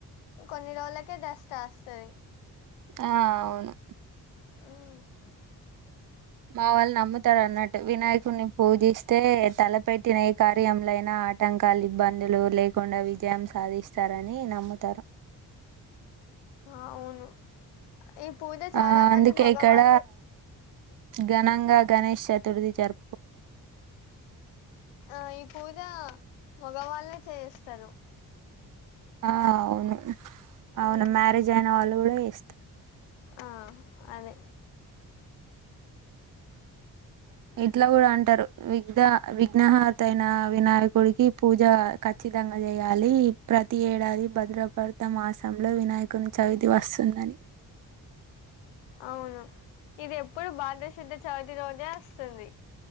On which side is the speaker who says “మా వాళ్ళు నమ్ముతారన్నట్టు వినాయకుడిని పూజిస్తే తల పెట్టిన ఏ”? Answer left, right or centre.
Right